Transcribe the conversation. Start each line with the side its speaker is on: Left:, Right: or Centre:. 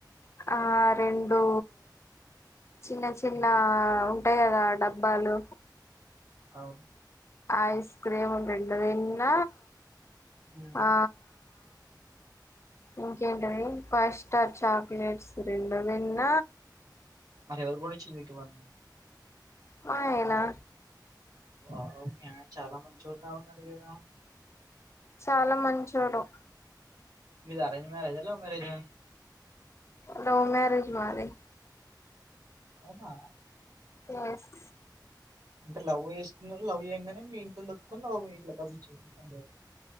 Left: ఆ రెండు చిన్న చిన్న
Right: ఉమ్,
Left: ఉంటయి కదా డబ్బాలు
Right: అవును
Left: ఐస్ క్రీమ్లు రెండుదిన్న
Right: ఉమ్.
Left: ఆ ఇంకేంటిది ఫైవ్ స్టార్ చాక్లెట్స్ రెండు తిన్న
Right: మర ఎవరు గోనిచారు మీకువన్నా
Left: మా అయినా
Right: ఆహా మీ అయిన చాలా మంచోడిలా ఉన్నాడు కదా
Left: చాలా మంచోడు
Right: మీది అరేంజ్ మ్యారేజ్ ఆ లవ్ మ్యారేజ్ ఆ
Left: లవ్ మ్యరేజ్ మాది
Right: అవునా
Left: యెస్
Right: అంటే లవ్ చేసుకున్నారు లవ్ చేయగానే మీ ఇంట్లో ఒప్పుకుని <unintelligible>